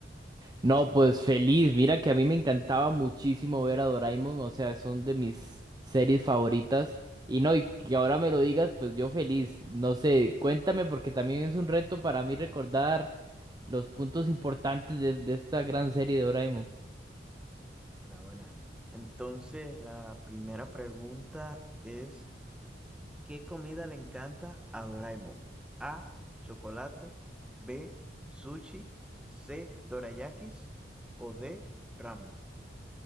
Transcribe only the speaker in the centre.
Buena, buena. Entonces la primera pregunta es... ¿Qué comida le encanta a Doraemon? A. Chocolate. B. Sushi. C. Dorayakis. O D. Ramen.